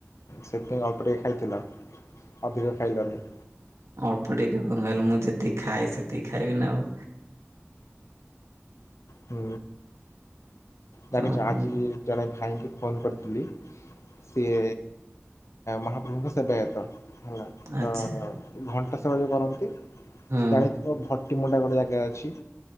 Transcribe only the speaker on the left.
ସେଥିପାଇଁ ଅଳ୍ପ ଟିକେ ଖାଇଥିଲ ଅଧିକ ଖାଇଲନି?
ହଁ ଜାଣିଛି
ଆଜି
ଜଣେ ଭାଇକି ଫୋନ କରିଥିଲି ସିଏ ମହାପ୍ରଭୁଙ୍କ ସେବାୟତ ହେଲା ତ
ଘଣ୍ଟା ସେବା ଯୋଉ କରନ୍ତି
ଜାଣିଥିବ ଭଟ ଟିମଣ୍ଡା ଗୋଟେ ଜାଗା ଅଛି